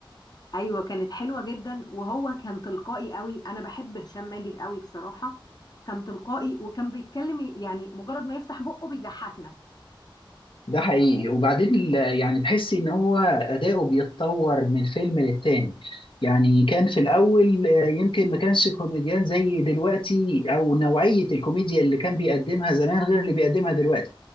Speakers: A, on the left; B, on the left.
A: ايوه كانت حلوة جدا وهو كان تلقائي قوي انا بحب هشام ماجد قوي بصراحة كان تلقائي وكان بيتكلم يعني مجرد ما يفتح بقه بيضحكنا
B: ده حقيقي وبعدين ال- يعني تحسي ان هو اداؤه بيتطور من فيلم للتاني يعني كان في الاول آه، يمكن ما كانش كوميديان زي دلوقتي او نوعيه الكوميديا اللي كان بيقدمها زمان غير اللي بيقدمها دلوقتي